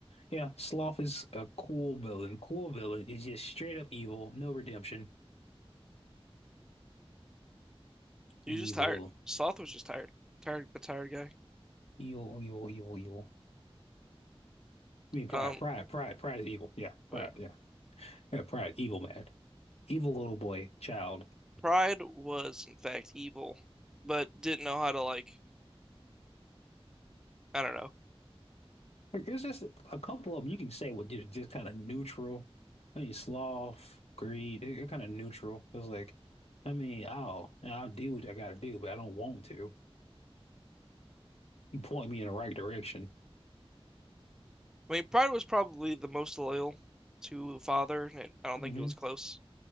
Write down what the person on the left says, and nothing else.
yeah. Sloth is a cool villain. Cool villain is just straight up evil, no redemption.
Evil,
evil, evil, evil, evil. I mean, pride,
pride, pride, pride is evil. Yeah, pride.
Yeah, yeah, pride. Evil man. Evil little boy, child.
Like, There's just a couple of them you can say were just, just kind of neutral. I mean, sloth, greed, they- they're kind of neutral. It's like, I mean, I'll I'll do what I gotta do, but I don't want to. You point me in the right direction.
Mm-hmm.